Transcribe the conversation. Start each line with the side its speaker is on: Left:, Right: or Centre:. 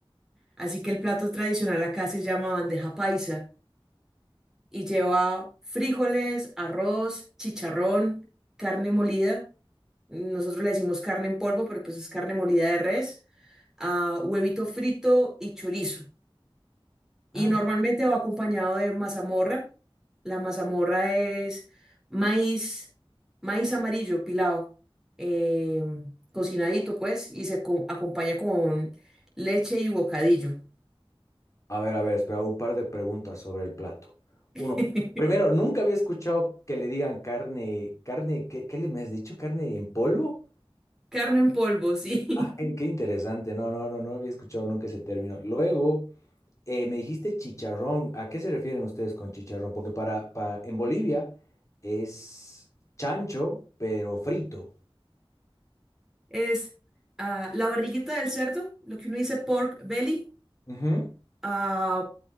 Centre: así que el plato tradicional acá se llama bandeja paisa y lleva frijoles, arroz, chicharrón, carne molida. Nosotros le decimos carne en polvo, pero pues es carne molida de res, ah, huevito frito y chorizo. Y
Left: Ah,
Centre: normalmente va acompañado de mazamorra. La mazamorra es maíz, maíz amarillo pilado, eh, cocinadito pues, y se co- acompaña con leche y bocadillo.
Left: a ver, a ver, espera, un par de preguntas sobre el plato. Uno,
Centre: <laughs>
Left: primero, nunca había escuchado que le digan carne, carne, ¿qué, qué le me has dicho? ¿Carne en polvo?
Centre: Carne en polvo, <laughs> sí.
Left: Ay, qué interesante, no, no, no, no había escuchado nunca ese término. Luego... Eh, me dijiste chicharrón. ¿A qué se refieren ustedes con chicharrón? Porque para, para en Bolivia es chancho, pero frito.
Centre: Es ah, la barriguita del cerdo, lo que uno dice pork belly,
Left: Ujú.
Centre: ah,